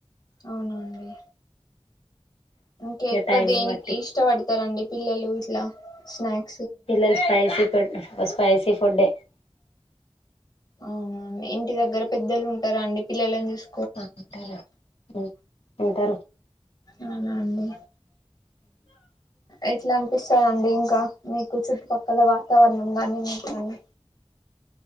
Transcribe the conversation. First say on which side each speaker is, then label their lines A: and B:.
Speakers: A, on the left (about 40°); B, on the left (about 75°).
A: అవునా అండీ ఇంక
B: ఇక
A: ఎక్కువ
B: టైంని
A: దేనికి
B: బట్టి
A: ఇష్టపడతారండి పిలలు ఉట్లా స్నాక్
B: పిల్లలు స్పాపైస వ స్పైసి ఫుడ్
A: అవునా అండి ఇంటి దగ్గర పెద్దలు ఉంటారా అండి పిలలాని చుస్
B: ఆ ఉంటారు ఉమ్ ఉంటారు
A: అవునా అండి ఎట్లా అనిపిస్తందండి ఇంకా మీకు చుట్టుపక్కల వాతావరణం గాని మీకు కాని